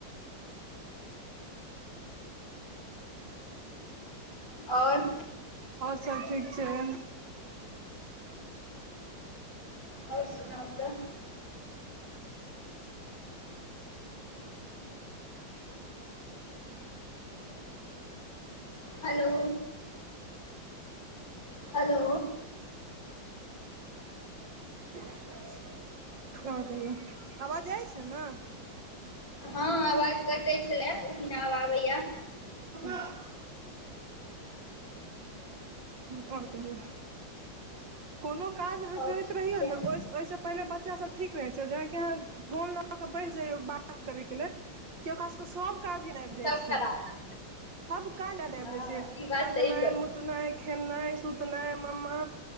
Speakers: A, on the left; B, on the right.
A: आउर
B: सभ ठीक छैय
A: आउर सुनाउ तऽ हेलो हेलो
B: <inaudible> आउर कहियौ आवाज जाइ छै ने
A: ह आवाज कटै छले लेकिन आब आबैया
B: आ <unintelligible> और कहियौ कोनो काज अहा
A: आओर
B: करैत
A: ठीक
B: रहियो
A: छै
B: ने ओइ ओहिसे पहिले बच्चास सभ ठीक रहै छै जे कि अहा फोन लऽ कऽ बैस जाइयौ बात करैके लेल के ओकरा सबके सब काज याद आबि जाइ
A: सब
B: छैय
A: खराब
B: सब कांड याद आबि
A: हँ
B: जाय छैय
A: ई बात
B: हगनाइ
A: सही कह
B: मुतनाइ खेनाइ सुतनाइ मम्मा